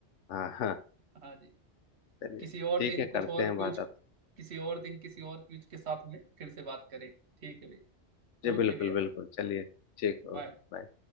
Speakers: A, on the left (about 85°); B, on the right (about 65°).
A: हाँ हाँ
B: हाँ जी
A: चलिए
B: किसी और
A: ठीक
B: दिन
A: है करते
B: कुछ और
A: हैं बात
B: क्यूज
A: आप
B: किसी और दिन किसी और क्यूज के साथ में फिर से बात करेंगे ठीक है भैया
A: जी
B: ओके
A: बिल्कुल
B: भैया
A: बिल्कुल चलिए ठीक
B: बाय
A: ओके बाय।